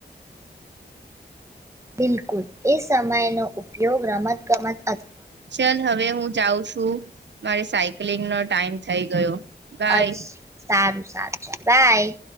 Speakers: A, on the right (about 15°); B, on the right (about 85°).
A: બિલકુલ એ સમય નો ઉપયોગ રમત ગમત અ
B: ચલ હવે હું જાઉં છું. તું મારે સાયક્લિંગ નો ટાઈમ થઈ ગયો. બાય
A: અ સારું સારું. બાય.